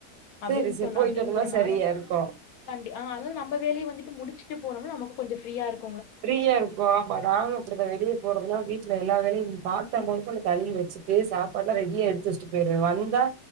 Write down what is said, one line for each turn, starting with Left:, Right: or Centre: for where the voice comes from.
Left: அப்டின்
Right: சேரி சேரி
Left: சொல்
Right: போயிட்டு
Left: அப்டிங்கறனால
Right: வந்தோம்னா சரியா இருக்கு
Left: கண்டி ஆ அ நம்ப வேலய வந்துட்டு முடிச்சுட்டு போனோம்னா நமக்கு கொஞ்சொ ஃப்ரீயா இருக்கு
Right: ஃப்ரீயா இருக்கு நானு அப்படித்தா வெளிய போறதுனா வீட்ல எல்லா வேலையு பாத்தரம் மொத கொண்டு கழுவி வெச்சுட்டு சாப்பாட்ல்லா ரெடியா எடுத்து வச்சு ட்டு போயிடுவே வந்தா